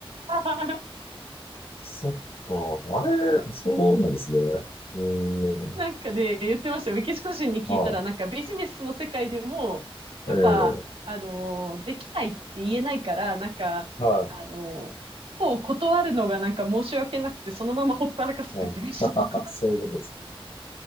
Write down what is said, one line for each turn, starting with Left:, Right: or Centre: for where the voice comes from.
Right: <laughs>
Left: <laughs> そっか。あれ、そうなんですね。うーん。
Right: なんかで、言ってました。メキシコ人に聞いたら、
Left: は
Right: なんかビジネスの世界でも、やっぱ、
Left: い。ええ
Right: あのーできないって言えないから、なんか、
Left: は
Right: あのー一方断るのがなんか申し訳なくて、そのままほったらかすって言ってました。
Left: い。はい。<laughs> そういうことですか。